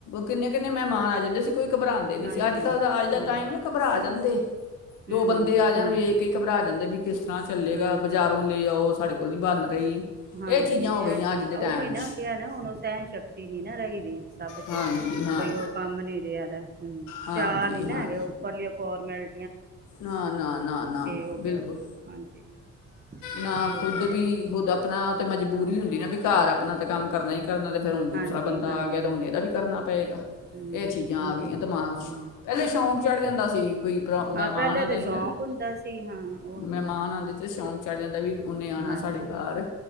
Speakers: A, on the left (about 90°); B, on the right (about 35°).
A: ਕਿੰਨੇ ਕਿੰਨੇ ਮਹਿਮਾਨ ਆ ਜਾਂਦੇ ਸੀ। ਕੋਈ ਘਬਰਾਉਂਦੇ ਨੀ
B: ਹਾਂਜੀ
A: ਸੀ ਅੱਜ ਕੱਲ੍ਹ ਦਾ ਅੱਜ ਦਾ
B: ਹਮ
A: ਟਾਈਮ ਹੈ ਘਬਰਾ ਜਾਂਦੇ ਦੋ
B: ਹਮ
A: ਬੰਦੇ ਆ ਜਾਣ
B: ਹਾਂ
A: ਵੇਖ ਕੇ ਹੀ ਘਬਰਾ ਜਾਂਦੇ ਵੀ ਕਿਸ ਤਰ੍ਹਾਂ ਚੱਲੇਗਾ
B: ਹਾਂਜੀ
A: ਬਜ਼ਾਰੋਂ ਲੈ ਆਓ ਸਾਡੇ ਕੋਲ ਨਹੀਂ ਬਣ ਰਹੀ
B: ਹਾਂਜੀ
A: ਇਹ ਚੀਜ਼ਾਂ ਹੋ
B: ਇਹ
A: ਗਈਆਂ
B: ਚੀ
A: ਅੱਜ ਦੇ ਟਾਈਮ
B: ਹੀ ਨਾ
A: 'ਚ
B: ਨਾ ਹੁਣ ਸਹਿਣ ਸ਼ਕਤੀ ਨੀ ਨਾ ਰਹੀਦੀ ਸਭ
A: ਹਾਂਜੀ
B: ਚ
A: ਹਾਂ
B: ਬਈ ਉਹ ਕੰਮ ਨੀ ਰਿਹਾ ਦਾ ਹਮ
A: ਹਾਂਜੀ
B: ਚਾਹ ਨੀ ਨਾ
A: ਹਾਂ
B: ਹੈਗੇ ਉੱਪਰਲੀ ਫੋਰਮੈਲ
A: ਨਾ ਨਾ ਨਾ ਨਾ
B: ਹੋ ਗਿਆ
A: ਬਿਲਕੁਲ
B: ਦਾ ਹਾਂਜੀ
A: ਨਾ
B: ਇਹੀ ਹੋ
A: ਖੁਦ
B: ਗਿਆ ਦਾ
A: ਵੀ
B: ਬਸ।
A: ਖੁਦ ਆਪਣਾ ਤੇ ਮਜਬੂਰੀ
B: ਹਾਂ
A: ਹੁੰਦੀ ਨਾ ਵੀ ਘਰ ਆਪਣਾ ਤੇ ਕੰਮ ਕਰਨਾ ਹੀ ਕਰਨਾ ਤੇ ਫਿਰ ਹੁਣ ਦੂਸਰਾ
B: ਹਾਂਜੀ
A: ਬੰਦਾ
B: ਹਾਂਜੀ
A: ਆ ਗਿਆ ਤੇ ਹੁਣ ਇਹਦਾ ਵੀ ਕਰਨਾ ਪਏਗਾ
B: ਹਮ
A: ਇਹ ਚੀਜ਼ਾਂ
B: ਉਹ
A: ਆ ਗਈਆਂ
B: ਤੇ
A: ਦਿਮਾਗ 'ਚ
B: ਹਾਂ
A: ਪਹਿਲੇ ਸ਼ੌਂਕ ਚੜ੍ਹ ਜਾਂਦਾ ਸੀ ਕੋਈ ਪ੍ਰੋ
B: ਹਾਂ
A: ਮਹਿਮਾਂ
B: ਪਹਿਲੇ
A: ਬਉਂਦੇ
B: ਤਾਂ ਸ਼ੌਕ
A: ਸੀ ਨਾ
B: ਹੁੰਦਾ ਸੀ ਹਾਂ ਉਹ
A: ਮੈਂਮਾਂ
B: ਤੇ ਹੈ
A: ਬਉਂਦੇ ਸੀ ਸ਼ੌਂਕ ਚੜ੍ਹ ਜਾਂਦਾ ਵੀ ਓਨੇ ਆਉਣਾ
B: ਹਾਂਜੀ
A: ਸਾਡੇ ਘਰ